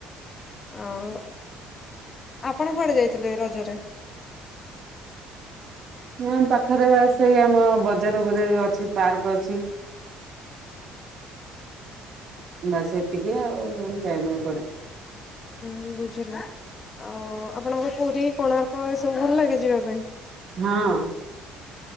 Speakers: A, on the left; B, on the right.
A: ଆଉ। ଆପଣ କୁଆଡେ ଯାଇଥିଲେ ରଜରେ।
B: ମୁଁ ଏ ପାଖରେ ବା ସେଇ ଆମ ବଜାର ଉପରେ ଏଇ ଅଛି ପାର୍କ ଅଛି। ବାସ ଏତିକି ଆଉ ଆମେ ଯାଇନୁ କୁଆଡେ।
A: ହୁଁ ବୁଝିଲି। ଆଉ ଆପଣଙ୍କୁ ପୁରୀ କୋଣାର୍କ ଏ ସବୁ ଭଲ ଲାଗେ ଯିବା ପାଇଁ।
B: ହଁ।